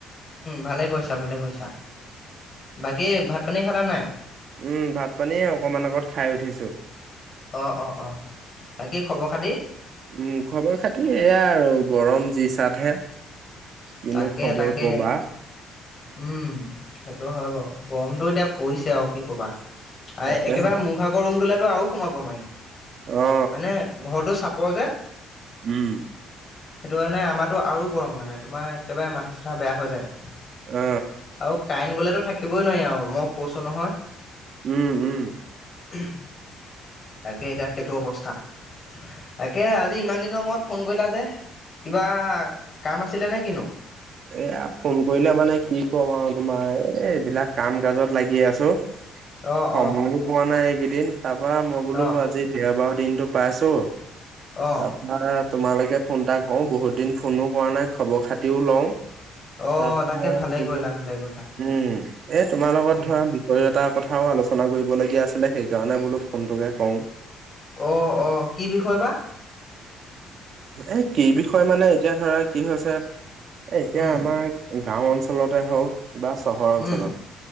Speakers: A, on the left; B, on the right.
A: ভালে কৰিছা, ভালে কৰিছা। বাকী ভাত-পানী খালা নে নাই?
B: উম, ভাত-পানীয়ে অকমান আগত খাই উঠিছোঁ।
A: অ, অ, অ, বাকি খবৰ খাতি?
B: উম, খবৰ খাতি এয়াই আৰু গৰম জি, চাতহে। কিনো
A: তাকে
B: খবৰ
A: তাকে
B: কবা।
A: উম, সেইটো হয় বাৰু। গৰমটো এতিয়া পৰিছে আৰু কি ক'বা, আ,
B: তাকে
A: একেবাৰে মোৰভাগৰ ৰুমটোলেতো আৰু সোমাব নোৱাৰি।
B: অ
A: মানে ঘৰটো চাপৰ যে।
B: উম,
A: সেইটো কাৰণে আমাৰতো আৰু গৰম মানে তোমাৰ একেবাৰে মাথা-চাথা বেয়া হৈ যায়।
B: অ,
A: আৰু কাৰেন্ট গ'লে তো, থাকিবই নোৱাৰি আৰু মই কৈছোঁ নহয়।
B: উম, উম,
A: <unintelligible> তাকে এতিয়া সেইটো অৱস্থা, তাকে আজি ইমান দিনৰ মূৰত ফোন কৰিলা যে। কিবা কাম আছিলে নে, কিনো?
B: এয়া, ফোন কৰিলে মানে কি কম আৰু তোমাৰ এ, এইবিলাক কাম-কাজত লাগি আছো। সময়ো
A: অ অ
B: পোৱা নাই, এইকেইদিন তাৰপা মই বোলো
A: অ
B: আজি দেওবাৰ দিনতো পাইছো,
A: অ
B: তা তোমালৈকে ফোন এটা কৰোঁ, বহুত দিন ফোনো কৰা নাই খবৰ-খাতিও লওঁ।
A: অ
B: <inaudible>
A: তাকে
B: উম,
A: ভালেই কৰিলা ভালে কৰিলা
B: এ, তোমাৰ লগত
A: উম
B: ধৰা বিষয় এটাৰ কথাও আলোচনা কৰিবলগীয়া আছিলে, সেইকাৰণে বোলোঁ ফোনটোকে কৰোঁ।
A: অ, অ, কি বিষয় বা?
B: এই কি বিষয় মানে, এতিয়া ধৰা কি হৈছে এই এতিয়া
A: উম
B: আমাৰ গাঁও অঞ্চলতে হ'ওক বা চহৰ অঞ্চলত
A: উম